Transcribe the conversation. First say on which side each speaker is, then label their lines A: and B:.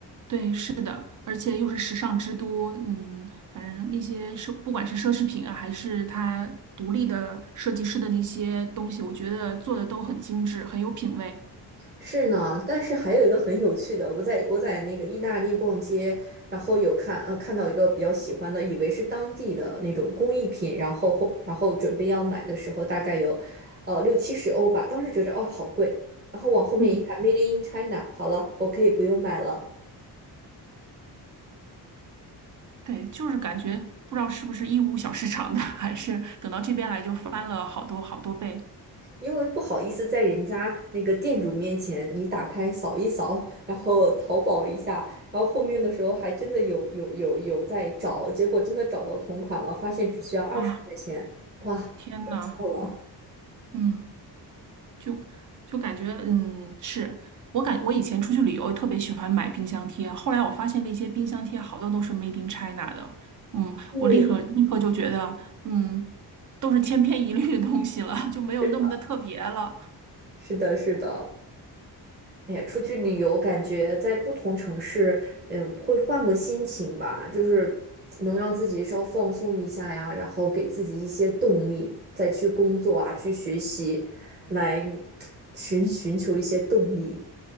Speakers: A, on the right; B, on the right.
A: 对，是的，而且又是时尚之都，嗯，反正那些奢，不管是奢侈品啊，还是它独立的设计师的那些东西，我觉得做的都很精致，很有品味。
B: 是呢，但是还有一个很有趣的，我在我在那个意大利逛街，然后有看呃看到一个比较喜欢的，以为是当地的那种工艺品，然后后然后准备要买的时候，大概有呃六七十欧吧，当时觉着哦好贵，然后往后面一看，Made
A: 嗯，
B: in China，好了，我可以不用买了。
A: 对，就是感觉不知道是不是义乌小市场的，<laughs> 还是等到这边来就翻了好多好多倍
B: 因为不好意思在人家那个店主面前，你打开扫一扫，然后淘宝一下，然后后面的时候还真的有有有有在找，结果真的找到同款了，发现只需要二十块钱，
A: 啊！
B: 哇，
A: 天呐，
B: 够了。
A: 嗯。就就感觉，嗯，是我感我以前出去旅游特别喜欢买冰箱贴，后来我发现那些冰箱贴好多都是 Made in China 的，嗯，
B: 对，
A: 我立刻立刻就觉得，嗯，都是千篇一律的东西了，就没有那么的特别了。
B: 是的，是的，是的。哎，呀，出去旅游，感觉在不同城市，嗯，会换个心情吧，就是能让自己稍放松一下呀，然后给自己一些动力，再去工作啊，去学习，来 <tsk> 寻寻求一些动力。